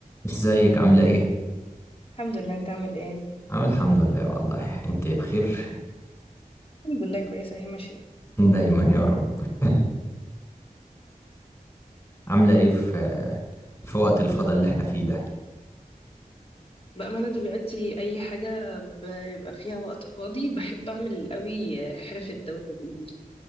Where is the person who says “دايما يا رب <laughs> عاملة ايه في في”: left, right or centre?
Left